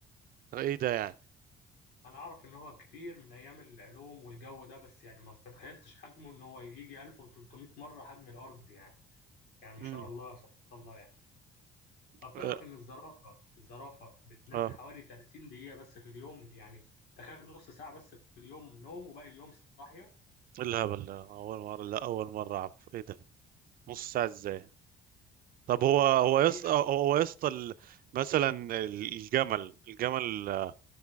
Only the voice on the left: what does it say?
انا اعرف ان هو كبير من ايام العلوم والجو ده بس يعني ما تتخيلتش حجمه ان هو يجي 1300 مره حجم الارض يعني يعني ما
شاء الله سبحان الله يعني طب تعرف
ان الزرافه الزرافه بتنام
حوالي 30 دقيقه بس في اليوم يعني تخيل نص ساعه بس في اليوم نوم وباقي اليوم صاحيه
هو دي
يعني